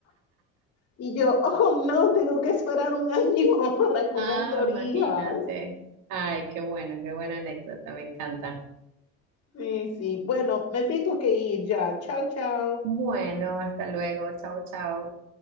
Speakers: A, on the left; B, on the right.
A: Y yo, oh, no, tengo que esperar un año <laughs> para comer
B: Ah,
A: torrijas.
B: imagínate. Ay, qué bueno, qué buena anécdota, me encanta.
A: Sí, sí, bueno, me tengo que ir ya. Chao, chao.
B: Bueno, hasta luego. Chao, chao.